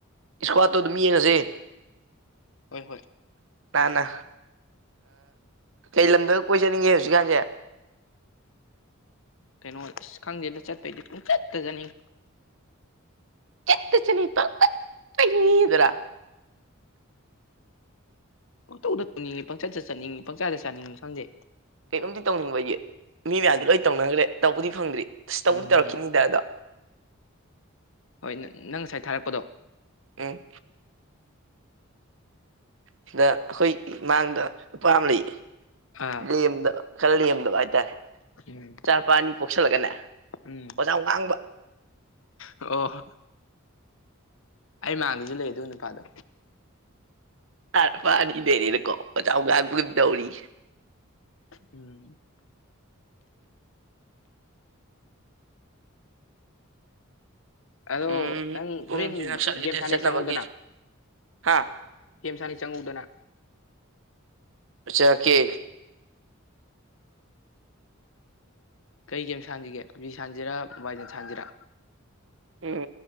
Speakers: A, on the right (about 60°); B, on the left (about 65°).
A: ꯏꯁꯀ꯭ꯋꯥꯠꯇꯣ ꯑꯗꯨꯝ ꯌꯦꯡꯉꯖꯦ
B: ꯍꯣꯏ ꯍꯣꯏ
A: ꯅ ꯅ ꯀꯩ ꯂꯝꯗꯒ ꯀꯣꯏ ꯆꯠꯅꯤꯡꯒꯦ ꯍꯧꯖꯤꯛꯀꯥꯟꯖꯦ
B: ꯀꯩꯅꯣ ꯏꯁ ꯈꯪꯗꯦꯗ ꯆꯠꯄꯩꯗꯤ ꯄꯨꯡ ꯆꯠꯇ ꯆꯠꯅꯤꯡꯉꯤ
A: <unintelligible> ꯗꯨꯔꯥ
B: ꯄꯪ ꯇꯧꯗ ꯇꯧꯅꯤꯡꯉꯤ ꯄꯪ ꯆꯠꯇ ꯆꯠꯅꯤꯡꯉꯤ ꯄꯪꯆꯥꯗ ꯆꯥꯅꯤꯡꯉꯤ ꯈꯪꯗꯦ
A: ꯀꯩꯅꯣꯝꯗꯤ ꯇꯧꯅꯤꯡꯕꯒꯤ ꯃꯤ ꯃꯌꯥꯝꯗꯤ ꯂꯣꯏ ꯇꯧꯅꯈ꯭ꯔꯦ ꯇꯧꯕꯗꯤ ꯐꯪꯗ꯭ꯔꯤ ꯑꯁ ꯇꯧꯕꯕꯨꯗꯤ
B: ꯎꯝ
A: ꯇꯧꯔꯛꯈꯤꯅꯤꯗꯗꯣ
B: ꯍꯣꯏ ꯅ ꯅꯪ ꯉꯁꯥꯏ ꯊꯥꯔꯛꯄꯗꯣ
A: ꯎ ꯁꯤꯗ ꯑꯩꯈꯣꯏ ꯃꯃꯥꯡꯗ ꯅꯨꯨꯄꯥ ꯑꯃ ꯂꯩ
B: ꯑꯥ
A: ꯂꯦꯝꯗꯕ ꯈꯔ ꯂꯦꯝꯗꯕ ꯍꯥꯏꯇꯥꯔꯦ
B: ꯎꯝ
A: ꯆꯥꯅꯨꯄꯥ ꯑꯅꯤ ꯄꯣꯛꯁꯜꯂꯒꯅꯦ
B: ꯎꯝ
A: ꯋꯥꯖꯥꯎ ꯉꯥꯡꯕ
B: ꯑꯣ ꯑꯩ ꯃꯥꯡꯗꯁꯨ ꯂꯩ ꯑꯗꯨ ꯅꯨꯄꯥꯗꯣ
A: <unintelligible> ꯅꯨꯄꯥ ꯑꯅꯤ ꯂꯩꯔꯦꯅꯀꯣ ꯋꯥꯖꯥꯎ ꯉꯥꯡꯕ ꯑꯃ ꯇꯧꯔꯤ
B: ꯎꯝ ꯑꯗꯣ
A: ꯎꯝ
B: ꯅꯪ
A: <unintelligible>
B: ꯍꯣꯔꯦꯟ ꯒꯦꯝ ꯁꯥꯟꯅꯩ ꯆꯪꯉꯧꯗꯅ ꯒꯦꯝ ꯁꯥꯅꯤ ꯆꯪꯉꯛꯎꯗꯅ
A: ꯆꯪꯉꯛꯀꯦ
B: ꯀꯩ ꯒꯦꯝ ꯁꯥꯥꯟꯁꯤꯒꯦ ꯄꯞꯖꯤ ꯁꯥꯥꯟꯁꯤꯔꯥ ꯃꯣꯕꯥꯏꯅ ꯂꯤꯖꯦꯟ ꯁꯥꯥꯟꯁꯤꯔꯥ
A: ꯎꯝ